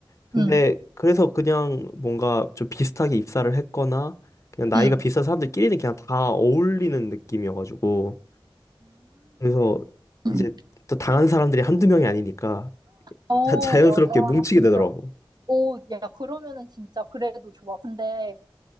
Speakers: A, on the left; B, on the right.
A: 근데
B: 응,
A: 그래서 그냥 뭔가 좀 비슷하게 입사를 했거나 그냥 나이가
B: 응.
A: 비슷한 사람들끼리는 그냥 다 어울리는 느낌이어가지고 그래서 이제
B: 음.
A: 또 당한 사람들이 한두 명이 아니니까
B: 어,
A: 자, 자연스럽게
B: 뭐,
A: 뭉치게
B: 아, 진짜.
A: 되더라고.
B: 오, 야, 그러면은 진짜 그래도 좋아. 근데